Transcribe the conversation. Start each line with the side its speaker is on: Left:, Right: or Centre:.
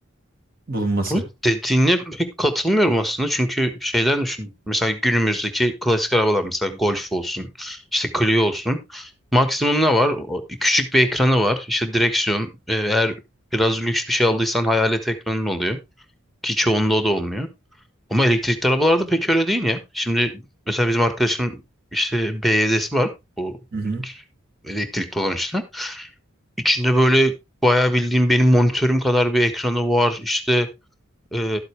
Right: bulunması?
Centre: O dediğine pek katılmıyorum aslında çünkü şeyden düşün. Mesela günümüzdeki klasik arabalar mesela Golf olsun, işte Clio olsun. Maksimum ne var? O Küçük bir ekranı var. İşte direksiyon. e, Eğer biraz lüks bir şey aldıysan hayalet ekranın oluyor. Ki çoğunda o da olmuyor. Ama elektrikli arabalarda pek öyle değil ya. Şimdi mesela bizim arkadaşın işte BYD'si var. Bu
Right: Hı hı.
Centre: elektrikli olan işte. İçinde böyle bayağı bildiğim benim monitörüm kadar bir ekranı var. İşte e,